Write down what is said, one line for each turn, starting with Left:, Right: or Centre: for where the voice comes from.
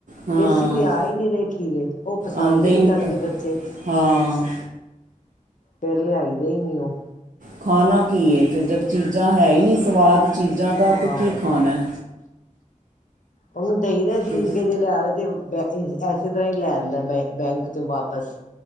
Right: ਹਾਂ
Left: ਦੇਸੀ ਤੇ ਆ ਈ ਨੀ ਰਏ ਖੀਰੇ। ਓ ਪਸੰਦ
Right: ਆਉਂਦੇ
Left: ਈ
Right: ਹੀ
Left: ਨੀ
Right: ਨਹੀਂ
Left: ਕਰਦੇ
Right: ਪ
Left: ਬੱਚੇ।
Right: ਹਾਂ
Left: ਫੇਰ ਲਿਆਈ ਦੇ ਈ ਨੀ ਓ।
Right: ਖਾਨਾ ਕੀ ਏ ਫੇਰ ਜਬ ਚੀਜਾਂ ਹੈ ਈ ਨੀ ਸਵਾਦ ਚੀਜਾਂ ਦਾ
Left: ਹਾਂ
Right: ਤੇ ਕੀ ਖਾਨੈ।
Left: ਓਨੂੰ ਦਈ ਦੈ ਚੀਰ
Right: ਤੇ
Left: ਕੇ ਜੇ ਲਿਆਵੇ ਤੇ ਦੈ ਏ ਐਸੇ ਤਰਾਂ ਈ ਲੈ ਆਂਦਾ ਬੈਂ ਬੈਂਕ 'ਚ ਵਾਪਸ।